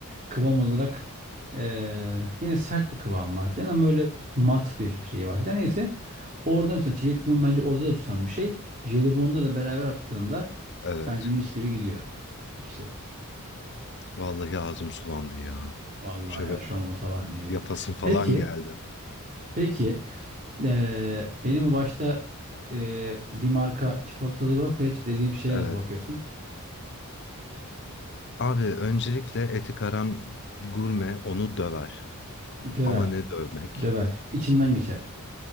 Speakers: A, on the right; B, on the left.
A: kıvam olarak ee, yine sert bir kıvam var filan ama böyle mat bir şey var filan. Neyse orada mesela çilek limon bence orada da tutan bir şey. Jelibon'da da beraber attığında
B: evet.
A: bence mis gibi gidiyor ikisi.
B: Vallahi ağzım sulandı ya.
A: Vallahi
B: Şöyle
A: ya şu an olsa var ne yerim.
B: yapasın falan
A: Peki,
B: geldi.
A: peki ee, benim o başta ee, bir marka çikolatalı gofret dediğim şeye
B: Evet.
A: nasıl bakıyorsun?
B: Abi öncelikle etikaram gurme onu döver.
A: Döver,
B: Ama ne dövmek?
A: döver, İçinden geçer.